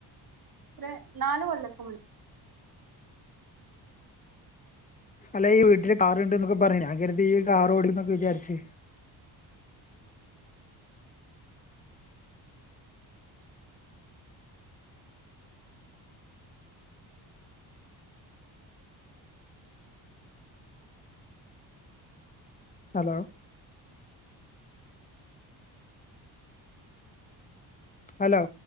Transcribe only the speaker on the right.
ഒരു നാല് കൊല്ലൊക്കെ മുന്നേ